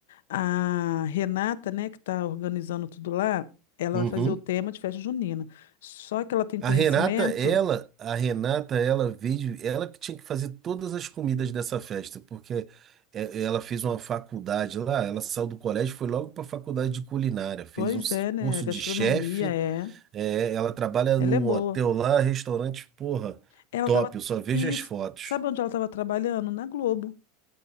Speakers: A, on the left; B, on the right.
A: A Renata, né, que está organizando tudo lá, ela
B: Uhum.
A: vai fazer o tema de festa junina. Só que ela tem
B: A
A: conhecimento,
B: Renata, ela, a Renata, ela veio, ela que tinha que fazer todas as comidas dessa festa, porque é, ela fez uma faculdade lá, ela saiu do colégio, e foi logo para a faculdade de culinária, fez
A: pois
B: um s-
A: é, né?
B: curso
A: Gastronomia
B: de chefe,
A: é,
B: é, ela trabalha
A: ela
B: num
A: é boa.
B: hotel lá, restaurante, porra,
A: Ela
B: top,
A: estava
B: eu só vejo
A: isso,
B: as fotos.
A: sabe onde ela estava trabalhando? Na Globo,